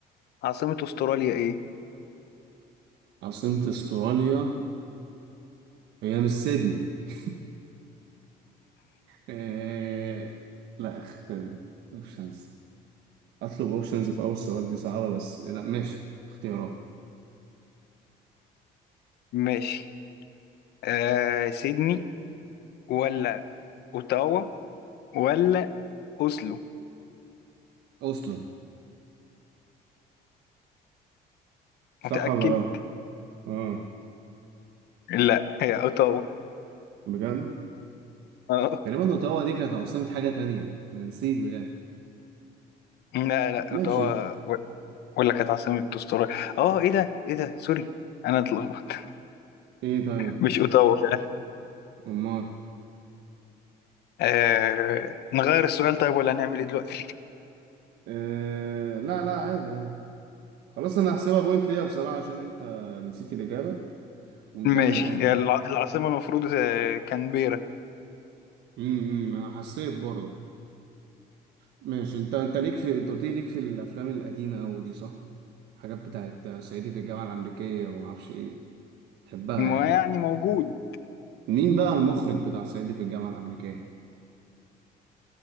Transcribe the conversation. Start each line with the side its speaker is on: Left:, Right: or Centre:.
Left: عاصمة استراليا ايه؟
Right: عاصمه استراليا هي مش سيدني <laughs> إيه... لا اخت اوبشنز اطلب اوبشنز في اول سؤال دي صعبة بس لا ماشي اختيارات
Left: ماشي آه سيدني ولا اوتاوا ولا اوسلو
Right: اوسلو صح
Left: متأكد؟
Right: ولا غلط اه
Left: لا هي اوتاوا
Right: بجد
Left: اه
Right: تقريبا اوتاوا دي كانت عاصمة حاجة تانية انا نسيت بجد
Left: لا لا
Right: ماشي
Left: اوتاوا و- ولا كانت عاصمة استراليا اه ايه ده ايه ده سوري انا اتلخبطت
Right: ايه طيب
Left: مش اوتاوا فعلا
Right: امال
Left: آه نغير السؤال طيب ولا هنعمل ايه دلوقتي؟
Right: آه لا لا عادي عادي خلاص انا هحسبها بوينت ليا بصراحة عشان انت نسيت الاجابة ونكمل
Left: ماشي
Right: عادي
Left: هي
Right: يعني
Left: الع- العاصمة المفروض آه، كانبيرا
Right: امم انا حسيت برضه ماشي انت انت ليك في انت قلت لي ليك في الافلام القديمة قوي دي صح حاجات بتاعت صعيدي في الجامعة الامريكية وما اعرفش ايه تحبها
Left: ما
Right: يعني
Left: يعني موجود
Right: مين بقى المخرج بتاع صعيدي في الجامعة الأمريكية؟